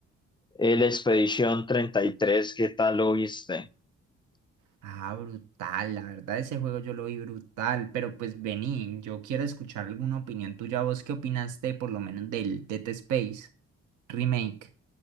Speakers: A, on the left; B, on the right.
A: el Expedition treinta y tres, ¿qué tal lo viste?
B: Ah, brutal, la verdad ese juego yo lo vi brutal, pero pues vení, yo quiero escuchar alguna opinión tuya, vos qué opinaste por lo menos del Dead Space Remake.